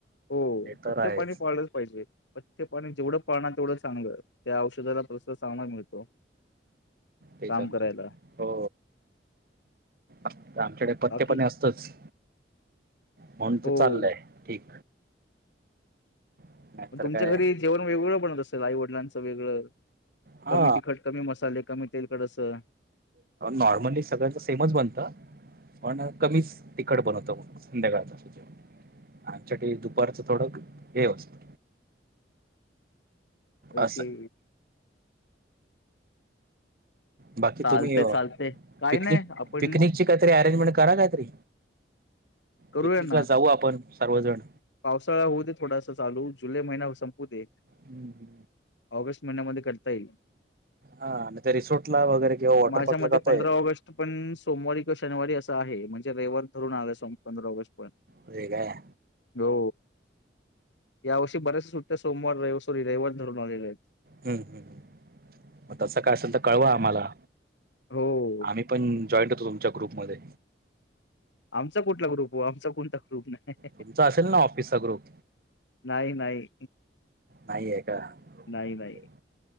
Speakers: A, on the left; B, on the right.
A: हो
B: ते तर
A: पथ्य
B: आहेच
A: पाणी पाळलंच पाहिजे पथ्य पाणी जेवढं पाळणार तेवढं चांगलं. त्या औषधाला प्रससा सामान मिळतो.
B: तेच
A: काम
B: अनुत
A: करायला.
B: हो. आमच्याकडे पत्तेपणे
A: बाकी
B: असतंच. म्हणून
A: हो
B: ते चाललंय ठीक. नाहीतर
A: पण तुमच्या
B: काय
A: घरी जेवण वेगळं बनवत असेल आई वडिलांचं वेगळं
B: हा
A: कमी तिखट कमी मसाले कमी तेलकड असं.
B: नॉर्मली सगळ्यांच सेमच बनत. पण कमीच तिखट बनवतो संध्याकाळच जेवण आमच्याकडे दुपारचं थोडं हे असतं.
A: ओके.
B: असं बाकी
A: चालतंय
B: तुम्ही
A: चालतंय. काही
B: पिकनिक
A: नाही आपण
B: पिकनिकची काहीतरी अरेंजमेंट करा काहीतरी
A: करूया
B: पिकनिकला
A: ना
B: जाऊ आपण सर्वजण
A: पावसाळा होऊ दे थोडासा चालू जुलै महिना संपू दे.
B: हम्.
A: ऑगस्ट महिन्यामध्ये करता येईल.
B: हा आणि ते रिसोर्ट ला वगैरे किंवा वॉटर
A: माझ्या
B: पार्क
A: मते
B: ला जाता
A: पंधरा
B: येईल.
A: ऑगस्ट पण सोमवारी किंवा शनिवारी असं आहे म्हणजे रविवार धरून आलं सप पंधरा ऑगस्ट पर्यंत
B: होय काय?
A: हो यावर्षी बऱ्याच सुटत्या सोमवार रविवार सॉरी रविवार धरून आलेल्या आहेत.
B: हम् हम् मग तसं काय असेल तर कळवा आम्हाला
A: हो
B: आम्ही पण जॉईंट होतो तुमच्या ग्रुपमध्ये
A: आमचा कुठला ग्रुप हो आमचा कोणता ग्रुप नाही.
B: तुमचा असेल ना ऑफिसचा ग्रुप
A: नाही नाही
B: नाही आहे का? ओके
A: नाही
B: ओके.
A: नाही